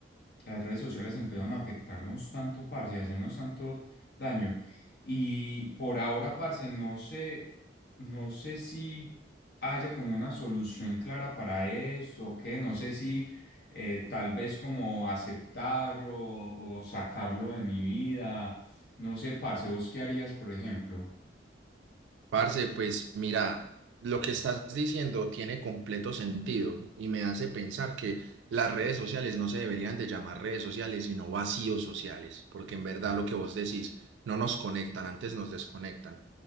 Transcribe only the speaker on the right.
Parce, pues mira, lo que estás diciendo tiene completo sentido y me hace pensar que las redes sociales no se deberían de llamar redes sociales, sino vacíos sociales, porque en verdad
lo que vos decís no nos conectan, antes nos desconectan.